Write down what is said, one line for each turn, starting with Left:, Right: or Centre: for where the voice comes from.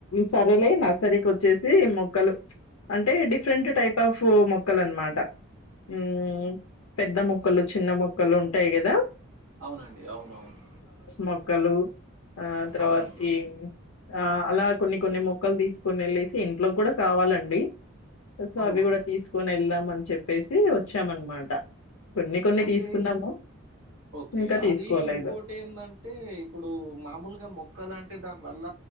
Left: సరలే నర్సరీకోచ్చేసి మొక్కలు అంటే డిఫరెంట్ టైప్ ఆఫ్ మొక్కలు అనమాట మ్మ్ పెద్ద మొక్కలు చిన్న మొక్కలు ఉంటాయి కదా
Right: అవునండి అవునవును
Left: మొక్కలు ఆ తర్వాతకి
Right: అవునండి
Left: ఆ అలా కొన్ని కొన్ని మొక్కలు తీసుకుని ఎళ్ళెసి ఇంట్లోకి కూడా కావాలండి సో
Right: అవును
Left: అవి కూడా తీసుకొని వెళ్దాం అని చెప్పేసి వచ్చామనమాట కొన్ని కొన్ని
Right: అంటే
Left: తీసుకున్నాము.
Right: ఓకే
Left: ఇంకా తీసుకోలేదు.
Right: అది ఇంకోటి ఏందంటే ఇప్పుడు మామూలుగా మొక్కలు అంటే దాని వల్ల